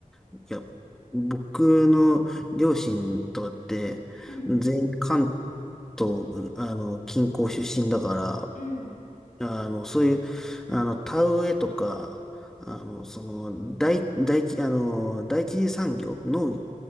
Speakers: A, in the centre; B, on the left.
A: いや、僕の両親とかって、
B: うん、
A: 全員関東、あの、近郊出身だから、
B: うん、
A: あの、そういう、あの、田植えとか、あの、その、大、大地、あの、第一次産業、農、